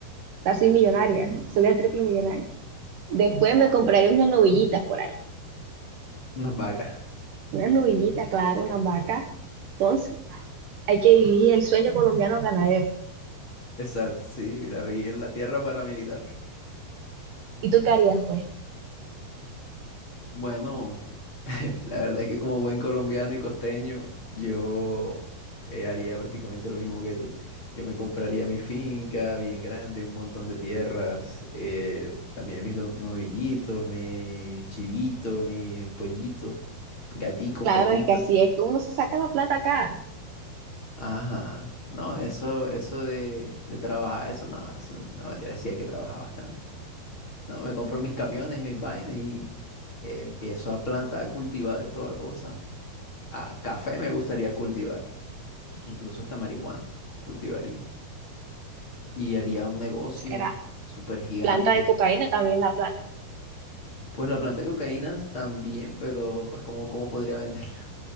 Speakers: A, on the right; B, on the left.
A: Ya soy millonaria, soy el triple millonario. Después me compraría unas novillitas por ahí.
B: Unas vacas.
A: Unas novillitas, claro, unas vacas. Entonces, hay que vivir el sueño colombiano ganadero.
B: Exacto, sí, la vi en la tierra paramilitar.
A: ¿Y tú qué harías, pues?
B: Bueno, <laughs> la verdad es que como buen colombiano y costeño, yo eh, haría prácticamente lo mismo que tú. Yo me compraría mi finca bien grande, un montón de tierras, eh, también mis do- novillitos, mis chivitos, mis pollitos, gaticos,
A: Claro,
B: perritos.
A: es que así es que uno se saca la plata acá.
B: Ajá, no, eso, eso de, de trabajar, eso no, eso no, mentira, sí hay que trabajar bastante. No, me compro mis camiones y mis vainas y eh, empiezo a plantar, a cultivar de toda cosa. A café me gustaría cultivar, incluso hasta marihuana cultivaría. Y haría un negocio
A: Será.
B: súper gigante.
A: Planta de cocaína también la plata.
B: Pues la planta de cocaína también, pero pues ¿cómo, cómo podría venderla? <laughs>